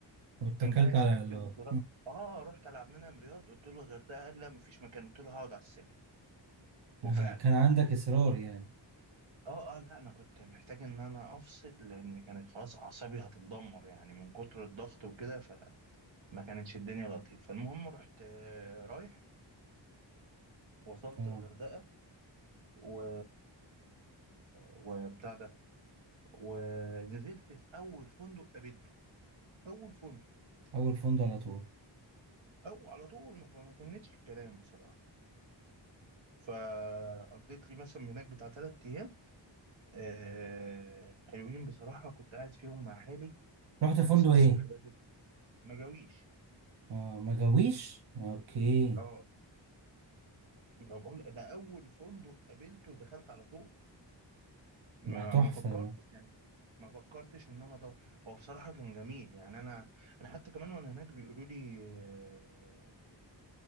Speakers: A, on the right (about 60°); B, on the right (about 85°).
A: واتكلت
B: مجهز
A: على
B: حاجتي
A: الله
B: وقمت را- اه رحت العب منها من رياض قلت له الغردقة قال لا مفيش مكان قلت له هقعد على السلم
A: <laughs>
B: وفعلا
A: كان عندك اصرار يعني
B: اه اه لا انا كنت محتاج ان انا افصل لان كانت خلاص اعصابي هتتدمر يعني من كتر الضغط وكده فما كانتش الدنيا لطيفة فالمهم رحت آه، رايح وصلت
A: اه
B: الغردقة و وبتاع ده ونزلت في اول فندق قابلته اول فندق
A: اول فندق على طول
B: او على طول ما ما تمتش الكلام بصراحه فقضيت لي مثلا هناك بتاع تلات ايام آه حلوين بصراحه كنت قاعد فيهم مع حالي
A: رحت فندق
B: اصحى الصبح
A: ايه
B: بدري ما جاويش
A: اه ما جاويش اوكي
B: اه ما بقول ده اول فندق قابلته ودخلت على طول ما
A: ده تحفه
B: ما فكرتش
A: ده
B: يعني ما فكرتش ان انا ادور هو بصراحه كان جميل يعني انا انا حتى كمان وانا هناك بيقولوا لي آه،